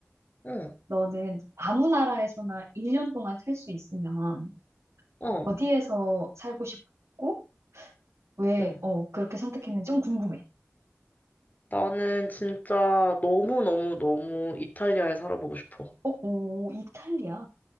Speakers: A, on the left (about 40°); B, on the right (about 80°).
A: 음,
B: 너는 아무 나라에서나 1년 동안 살 수 있으면
A: 어,
B: 어디에서 살고 싶고 왜,
A: 응.
B: 어, 그렇게 선택했는지 좀 궁금해.
A: 나는 진짜 너무너무너무 이탈리아에 살아보고 싶어.
B: 어, 오, 이탈리아.